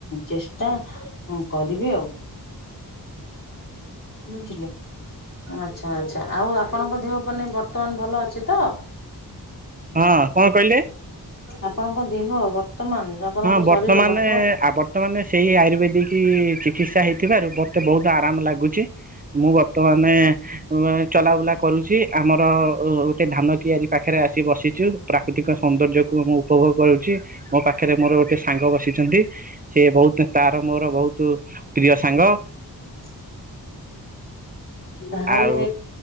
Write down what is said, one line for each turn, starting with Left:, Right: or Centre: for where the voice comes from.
Left: ଚେଷ୍ଟା କରିବି ଆଉ ବୁଝିଲେ। ଆଚ୍ଛା ଆଚ୍ଛା ଆଉ ଆପଣଙ୍କ ଦେହ ପେନ ବର୍ତ୍ତମାନ ଭଲ ଅଛି ତ।
Right: ହଁ କଣ କହିଲେ?
Left: ଆପଣଙ୍କ ଦେହ ବର୍ତ୍ତମାନ ଆପଣଙ୍କ
Right: ହଁ
Left: ଶରୀର
Right: ବର୍ତ୍ତମାନେ
Left: ବର୍ତ୍ତମାନ
Right: ବର୍ତ୍ତମାନେ ସେଇ ଆୟୁର୍ବେଦିକ ଚିକିତ୍ସା ହେଇଥିବାରୁ ମତେ ବହୁତ୍ ଆରାମ ଲାଗୁଛି ମୁଁ ବର୍ତ୍ତମାନ୍ ଉ ଚଲାବୁଲା କରୁଛି ଆମର ଗୋଟେ ଧାନ କିଆରି ପାଖରେ ଆସି ବସିଛୁ ପ୍ରାକୃତିକ ସୌନ୍ଦର୍ଯ୍ୟ କୁ ମୁଁ ଉପଭୋଗ କରୁଛି ମୋ ପାଖରେ ପାଖରେ ମୋର ଗୋଟେ ସାଙ୍ଗ ବସିଛନ୍ତି ସେ ବହୁତ୍ ତାର ମୋର ବହୁତ ପ୍ରିୟ ସାଙ୍ଗ।
Left: <inaudible> ତାହେଲେ
Right: ଆଉ